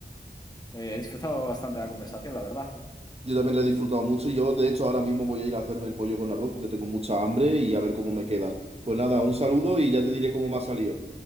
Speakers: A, on the left; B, on the right.
A: eh, he disfrutado bastante la conversación, la verdad.
B: Yo también la he disfrutado mucho y yo, de hecho, ahora mismo voy a ir a hacerme el pollo con arroz porque tengo mucha hambre y a ver cómo me queda. Pues nada, un saludo y ya te diré cómo me ha salido.